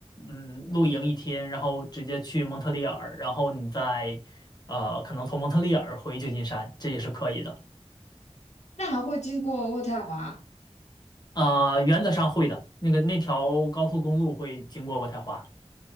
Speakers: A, on the left; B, on the left.
A: 嗯，露营一天，然后直接去蒙特利尔，然后你再，呃，可能从蒙特利尔回旧金山，这也是可以的。
B: 那还会经过渥太华？
A: 呃，原则上会的。那个那条高速公路会经过渥太华。